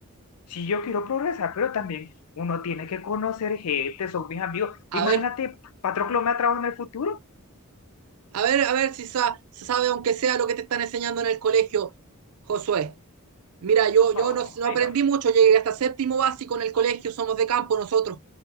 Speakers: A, on the left; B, on the right.
A: Sí, yo quiero progresar, pero también uno tiene que conocer gente, son mis amigos.
B: A
A: Imagínate,
B: ver,
A: Patroclo me ha trabajado en el futuro.
B: A ver, a ver si sa- se sabe, aunque sea lo que te están enseñando en el colegio, Josué. Mira, yo,
A: No,
B: yo no, no
A: hey,
B: aprendí
A: no,
B: mucho, llegué hasta séptimo básico en el colegio, somos de campo nosotros.